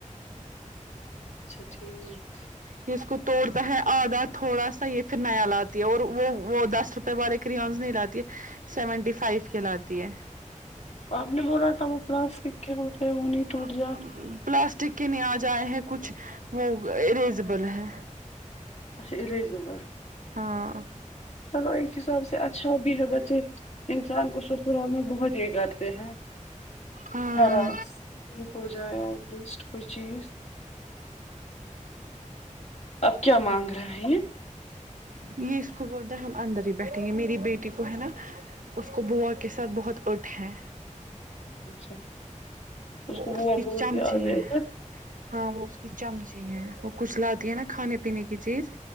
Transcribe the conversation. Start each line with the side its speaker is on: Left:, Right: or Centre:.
Left: اچھا ٹھیک
Right: یہ اس کو توڑتا ہے آدھا تھوڑا سا یہ پھر نیا لاتی ہے اور وہ وہ دس والے کریونس نہیں لاتی ہے سیونٹی فائیو کی لاتی ہے
Left: آپ نے بولا تھا وہ پلاسٹک کے ہوتے ہیں
Right: <unintelligible>
Left: وہ نہیں ٹوٹ جاتے
Right: پلاسٹک کے ن آج آئے ہیں کچھ وہ اریزیبل ہے
Left: اچھا اریزبل
Right: ہاں
Left: چلو ایک حساب سے اچھا بھی ہے بچے انسان کو سسرال میں بہت یہ کرتے ہیں
Right: ہاں
Left: ہراس ہو جائے ایٹ لیسٹ کوئی چیز اب کیا مانگ رہے ہے یہ
Right: یہ اس کو بولتا ہے ہم اندر ہی بیٹھیں گے میری بیٹی کو ہے نا اس کو بوا کے ساتھ بہت اٹھ ہے
Left: اچھا اس
Right: وہ
Left: کو بوا
Right: کی
Left: بہت
Right: چمچے
Left: یاد ہے
Right: ہیں
Left: اگر
Right: ہاں وہ اس کی چمچی ہے وہ کچھ لاتی ہے نا کھانے پینے کی چیز